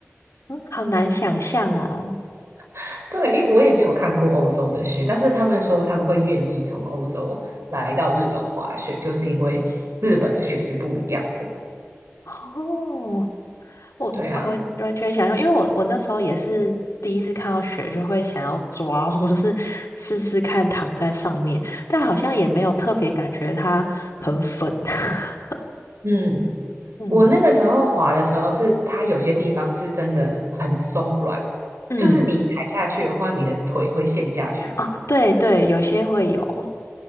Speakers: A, on the left; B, on the right.
A: 嗯好难想象哦。
B: <laughs> 对，因为我也没有看过欧洲的雪，但是他们说他们会愿意从欧洲来到日本滑雪，就是因为日本的雪是不一样的。
A: 哦，我我完完全想象，
B: 对啊，
A: 因为我我那时候也是第一次看到雪，就会想要抓，<laughs> 或者是试试看躺在上面，但好像也没有特别感觉它很粉。<laughs>
B: 嗯。
A: 嗯
B: 我那个时候滑的时候是，它有些地方是真的很松软，
A: 嗯，
B: 就是你踩下去的话，你的腿会陷下去。
A: 哦，对对，有些会有。